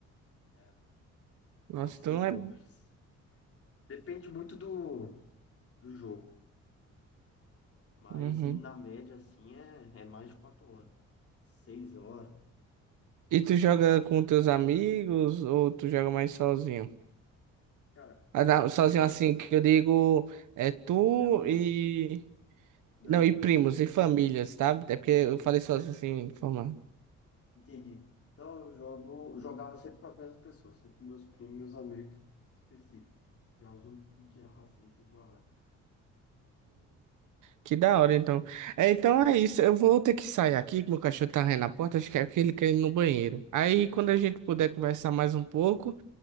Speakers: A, on the left; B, on the right.
A: É,
B: Nossa,
A: é umas cinco
B: então é.
A: horas. Depende muito do, do jogo. Mas
B: Uhum.
A: em- na média, assim, é, é mais de quatro horas. seis horas.
B: E tu joga com teus amigos ou tu joga mais sozinho?
A: Cara,
B: Ah, não,
A: eu
B: sozinho
A: jogava
B: assim, que eu digo é tu
A: aleatório.
B: e.
A: Não,
B: Não,
A: não.
B: e primos
A: Eu sempre.
B: e famílias, tá? É porque
A: É,
B: eu falei sozinho assim, de forma.
A: entendi. Então eu jogo, eu jogava sempre com as mesmas pessoas, sempre com meus primos, meus amigos específicos. Que é os únicos que tinham paciência de jogar.
B: Que da hora, então.
A: E-
B: É, então é isso. Eu vou ter que sair aqui, que meu cachorro tá rindo na porta. Acho que é porque ele quer ir no banheiro. Aí, quando a gente puder conversar mais um pouco,